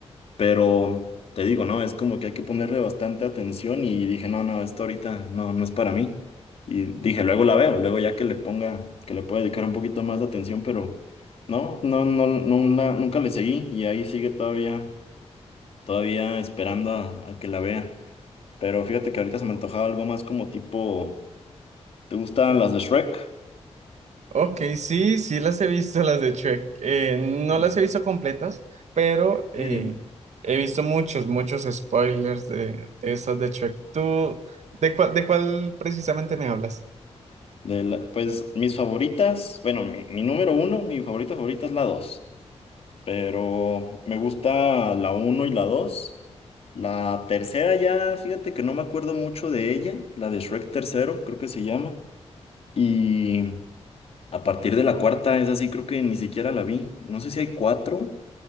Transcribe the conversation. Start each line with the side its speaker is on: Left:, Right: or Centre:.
Left: pero te digo, no, es como que hay que ponerle bastante atención y dije, no, no, esto ahorita no, no es para mí. Y dije, luego la veo, luego ya que le ponga, que le pueda dedicar un poquito más de atención, pero no, no, no, no, na- nunca le seguí y ahí sigue todavía, todavía esperando a a que la vea. Pero fíjate que ahorita se me antojaba algo más como tipo, ¿te gustan las de Shrek?
Right: Ok, sí, sí las he visto, las de Shrek. Eh, no
Left: ¿En
Right: las he visto completas, pero eh,
Left: serio?
Right: he visto muchos, muchos spoilers de, de esas de Shrek. ¿Tú de cuál, de cuál precisamente me hablas?
Left: De la- pues mis favoritas, bueno, mi, mi número uno, mi favorita favorita es la dos, pero me gusta la uno y la dos. La tercera ya, fíjate que no me acuerdo mucho de ella, la de Shrek tercero, creo que se llama. Y a partir de la cuarta, es así, creo que ni siquiera la vi. No sé si hay cuatro